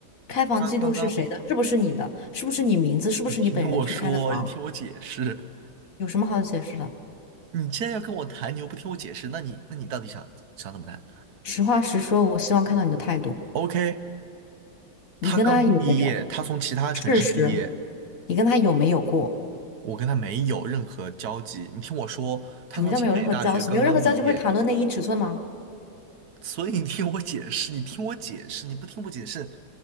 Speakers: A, on the left (about 45°); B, on the right (about 60°).
A: 开房记录是谁的？
B: 他刚刚
A: 是不是你的？是不是你名字？是不是你本人去开的房？
B: 你听我说，你听我解释，
A: 有什么好解释的？
B: 你既然要跟我谈，你又不听我解释，那你那你到底想想怎么谈
A: 实话实说，我希望看到你的态度。
B: ？OK，
A: 你跟他有没有
B: 他刚毕业，他从其他城市毕业，
A: 事实？你跟他有没有过？
B: 我跟他没有任何交集。你听我说，他从清北大学刚刚毕业，
A: 什么叫没有任何交集？没有任何交集会谈论内衣尺寸吗？
B: 所以你听我解释，你听我解释，你不听我解释，